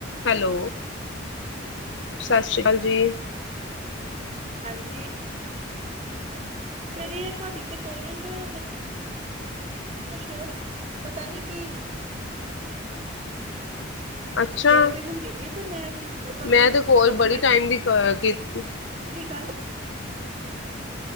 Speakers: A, on the left; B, on the right.
A: Hello. ਸਤਿ ਸ੍ਰੀ ਅਕਾਲ ਜੀ।
B: ਹਾਂਜੀ। ਮੇਰੇ ਤੇ ਤੁਹਾਡੀ ਤੇ ਕੋਲਿੰਗ <inaudible> ਸ਼ੋ ਤੇ ਪਤਾ ਨੀ ਕੀ
A: ਅੱਛਾ,
B: ਸ਼ੋਅ ਤੇ ਹੁੰਦੀ ਵੀ ਏ ਪਰ ਮੈਂ ਚੁੱਕ ਪ
A: ਮੈਂ
B: ਪਰ
A: ਤੇ ਕੋਲ
B: ਆਟੋਮੈਟਿ
A: ਬੜੀ ਟਾਈਮ ਦੀ ਕ ਕੀਤੀ।
B: ਕਲੀ ਗੱਲ